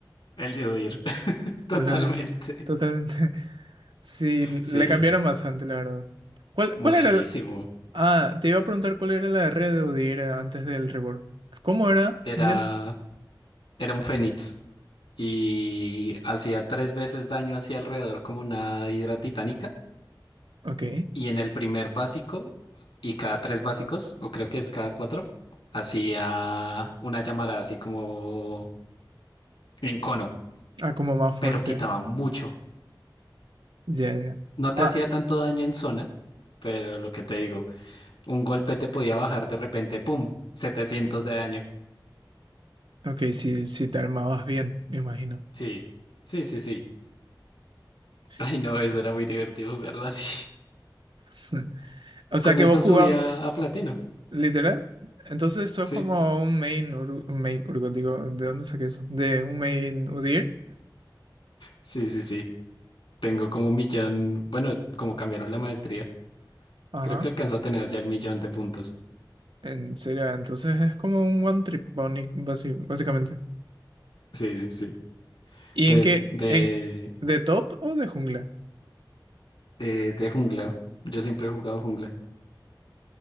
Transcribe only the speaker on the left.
el de huir, <laughs>
totalmente.
Sí,
muchísimo.
Era,
era un fénix y hacía tres veces daño hacia alrededor como una hidra titánica.
Y en el primer básico, y cada tres básicos, o creo que es cada cuatro, hacía una llamarada así como en cono
pero quitaba mucho.
No
te hacía tanto daño en zona, pero lo que te digo, un golpe te podía bajar de repente, ¡pum! 700 de daño.
Sí, sí, sí, sí. <laughs> Ay,
no, eso era muy divertido jugarlo así.
<laughs>
Con
eso
subía a platino.
Sí,
sí, sí, sí. Tengo como un millón, bueno, como cambiaron la maestría,
creo que alcanzó a tener ya el millón de puntos.
Sí, sí, sí.
De,
de,
eh, de jungla. Yo siempre he jugado jungla.